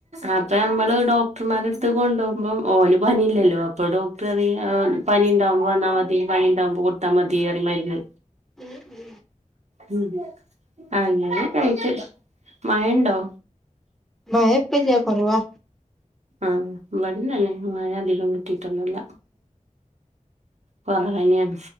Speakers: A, on the right; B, in the centre.
A: അപ്പ ഞമ്മള് ഡോക്ടർമാരെട്ത്തി കൊണ്ടോമ്പം ഓല് പനില്ലല്ലോ അപ്പൊ ഡോക് ട്ടറീം ആ പനിണ്ടമ്പോ വന്നാ മതി പനിണ്ടാമ്പോ കൊട്ത്താ മതീയറിം മര്ന്ന്
B: ഉം ഉം
A: ഉം അങ്ങനെ കഴിച്ച് മഴണ്ടോ
B: മയപ്പല്ല്യാ കൊറവാ
A: ആഹ് ഇവടിം തന്നെ മയധികം കിട്ടീട്ടൊന്നുല്ല കൊറവെന്ന്യേൺ